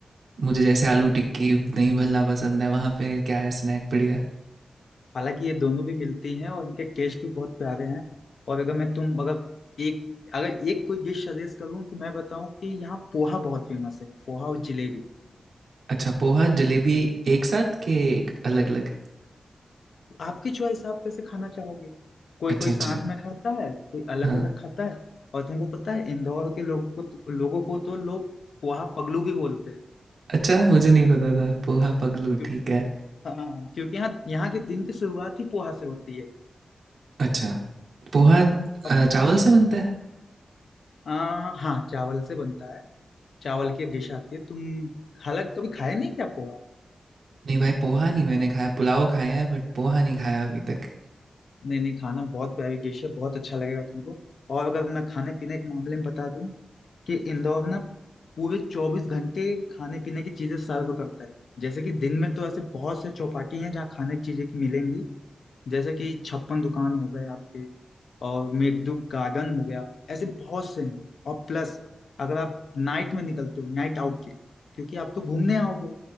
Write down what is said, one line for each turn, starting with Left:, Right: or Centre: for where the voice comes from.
Right: मुझे जैसे आलू टिक्की दही भल्ला पसंद है वहाँ पे क्या है स्नैक बढ़िया
Left: हालांकि ये दोनों भी मिलती हैं और इनके टेस्ट भी बहुत प्यारे हैं और अगर मैं तुम अगर एक अगर एक कोई डिश सजेस्ट करूं तो मैं बताऊं कि यहाँ पोहा बहुत फेमस है पोहा और जलेबी
Right: अच्छा पोहा जलेबी एक साथ के एक अलग अलग
Left: आपकी चॉइस आप कैसे खाना चाहोगे कोई
Right: अच्छा
Left: कोई
Right: अच्छा
Left: साथ में खाता है कोई अलग
Right: हाँ
Left: अलग खाता है और तुमको पता है इंदौर के लोगों को तो, लोगों को तो लोग पोहा पगलू भी बोलते हैं
Right: अच्छा मुझे नहीं पता था पोहा पगलू
Left: क्यों-
Right: ठीक है
Left: हाँ क्योंकि यहाँ यहाँ के दिन की शुरुआत ही पोहा से होती है
Right: अच्छा पोहा अ,
Left: अब
Right: चावल से बनता है
Left: आ, हाँ चावल से बनता है चावल की डिश आती है तुम हालांकि कभी खाए नहीं क्या पोहा
Right: नहीं भाई पोहा नहीं मैंने खाया पुलाव खाया है बट पोहा नहीं खाया अभी तक
Left: नहीं नहीं खाना बहुत प्यारी डिश है बहुत अच्छा लगेगा तुमको और अगर मैं खाने पीने के मामले में बता दूं कि इंदौर ना पूरे चौबीस घंटे खाने पीने की चीजें सर्व करता है जैसे कि दिन में तो ऐसे बहुत से चौपाटी हैं जहाँ खाने की चीजें की मिलेंगी जैसे कि छप्पन दुकान हो गए आपके और मेघदूत गार्डन हो गया ऐसे बहुत से हैं और प्लस अगर आप नाइट में निकलते हो नाइट आउट के लिए क्योंकि आप तो घूमने आओगे